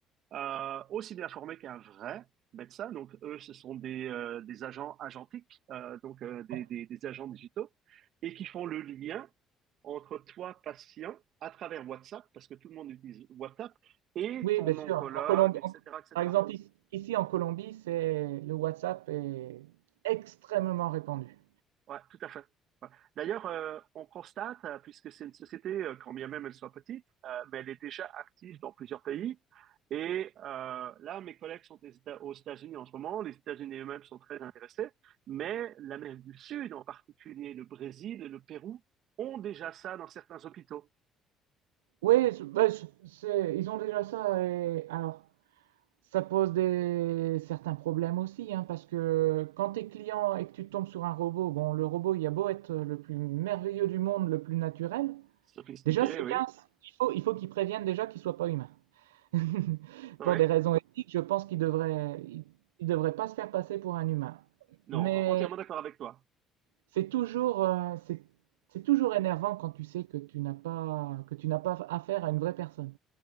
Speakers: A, on the right; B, on the right.
A: euh, aussi bien formés qu'un vrai médecin. Donc eux ce sont des euh, des agents agentiques euh, donc euh, des,
B: Ouais.
A: des des agents digitaux et qui font le lien entre toi patient à travers WhatsApp parce que tout le monde utilise WhatsApp et
B: Oui,
A: ton
B: bien sûr.
A: oncologue
B: En Colombie,
A: etc
B: en-
A: etc.
B: par exemple, ici, ici en Colombie, c'est le WhatsApp est extrêmement répandu.
A: Ouais, tout à fait. Ouais. D'ailleurs, euh, on constate, euh, puisque c'est une société, euh, quand bien même elle soit petite, euh, mais elle est déjà active dans plusieurs pays. Et euh, là, mes collègues sont des Éta- aux États-Unis en ce moment. Les États-Unis eux-mêmes sont très intéressés, mais l'Amérique du Sud, en particulier le Brésil et le Pérou, ont déjà ça dans certains hôpitaux.
B: Oui, je- bah, je- c'est- ils ont déjà ça. Et, alors, ça pose des, certains problèmes aussi, hein, parce que quand tu es client et que tu tombes sur un robot, bon, le robot, il a beau être le plus merveilleux du monde, le plus naturel,
A: Sophistiqué,
B: déjà, c'est
A: oui.
B: bien, c'est- il faut, il faut qu'il prévienne déjà qu'il soit pas humain. <laughs>
A: Oui.
B: Pour des raisons éthiques, je pense qu'il devrait, il, il devrait pas se faire passer pour un humain.
A: Non,
B: Mais
A: entièrement d'accord avec toi.
B: c'est toujours, euh, c'est c'est toujours énervant quand tu sais que tu n'as pas, que tu n'as pas affaire à une vraie personne.